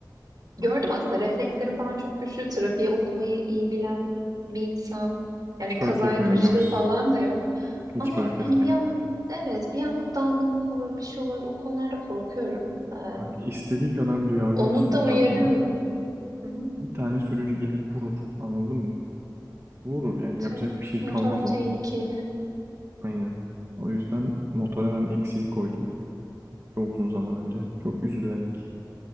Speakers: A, on the right; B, on the right.
A: Gördüm aslında refleksleri falan çok güçlü. Trafiği okumayı iyi bilen bir insan. Yani
B: Hiç fark
A: kazaya
B: etmiyor
A: karıştığı
B: biliyor musun?
A: falan da yok.
B: Hiç
A: Ama
B: fark
A: hani
B: etmiyor.
A: bir an evet bir anlık dalgınlık olur bir şey olur. O konularda korkuyorum. Ee,
B: Bak istediği kadar duyarlı
A: onu
B: olsun etrafına.
A: da uyarıyorum. Hı hı.
B: Bir tane sürücü gelir vurur. Anladın mı? Vurur yani yapacak
A: Te-
B: bir şey
A: Motor
B: kalmaz o
A: tehlikeli.
B: an. Aynen. O yüzden motora ben eksiği koydum. Çok uzun zaman önce. Çok üzülerek.